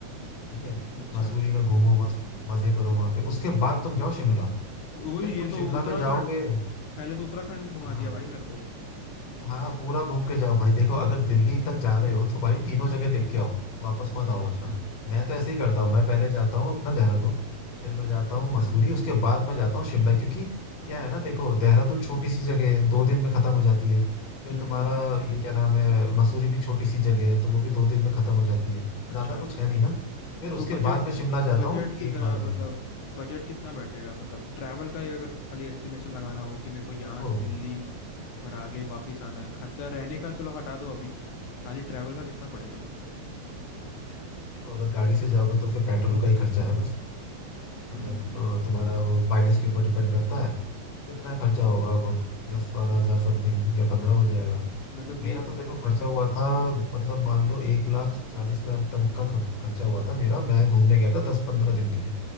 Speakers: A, on the left (about 60°); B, on the left (about 85°).
A: ठीक है
B: अच्छा
A: मसूरी में घूमो मस्त मजे करो वहां पे उसके बाद तुम जाओ शिमला
B: वही
A: फिर तुम
B: ये
A: शिमला
B: तो उत्तराखंड
A: में जाओगे
B: पहले तो उत्तराखंड घुमा
A: हाँ
B: दिया भाई मेरे को
A: हाँ पूरा घूम के जाओ भाई देखो अगर दिल्ली तक जा रहे हो तो भाई तीनों जगह देख के आओ वापस मत
B: अच्छा
A: आओ वरना मैं तो ऐसे ही करता हूँ मैं पहले जाता हूँ अपना देहरादून फिर मैं जाता
B: अच्छा
A: हूँ मसूरी उसके बाद मैं जाता हूँ शिमला क्योंकि क्या है ना देखो देहरादून छोटी सी जगह है दो दिन में खत्म हो जाती है फिर
B: हम्म
A: तुम्हारा ये क्या नाम है मसूरी भी छोटी सी जगह है तो वो भी दो दिन में खत्म हो जाती है
B: अच्छा
A: ज्यादा कुछ है नहीं ना फिर उसके
B: तो बजट
A: बाद मैं शिमला जाता
B: बजट
A: हूँ
B: की
A: एक
B: तरह
A: बार
B: मतलब
A: में
B: बजट कितना बैठेगा मतलब ट्रैवल का ही अगर खाली एस्टिमेशन लगाना हो कि मेरे को यहाँ
A: देखो
B: से दिल्ली और आगे वापस आना है खर्चा रहने का चलो हटा दो अभी खाली ट्रैवल का कितना पड़ेगा मेरे को
A: देखो अगर गाड़ी से जाओगे तो फिर पेट्रोल का ही खर्चा है बस मतलब
B: हम्म
A: अ, तुम्हारा वो माइलेज के ऊपर डिपेंड करता है कितना खर्चा होगा अब दस बारह हजार समथिंग या पंद्रह हो जाएगा
B: मतलब
A: मेरा
B: ये
A: तो देखो खर्चा हुआ था मतलब मान लो एक लाख चालीस हजार तक का खर्च- खर्चा हुआ था मेरा मैं घूमने गया था दस पंद्रह दिन के लिए